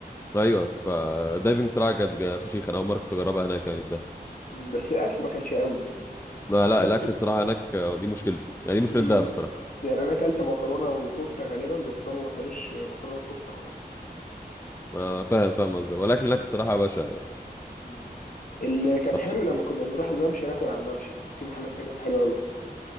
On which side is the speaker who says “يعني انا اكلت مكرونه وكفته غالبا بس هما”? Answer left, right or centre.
Left